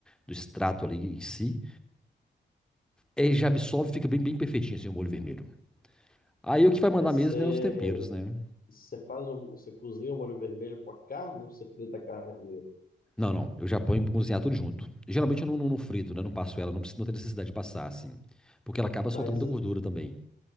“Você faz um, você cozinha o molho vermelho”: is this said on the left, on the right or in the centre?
Left